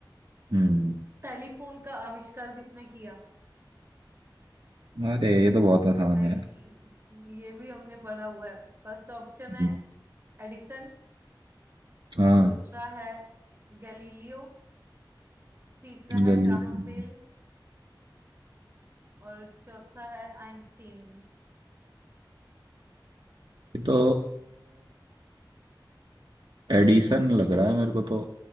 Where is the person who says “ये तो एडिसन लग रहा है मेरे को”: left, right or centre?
Right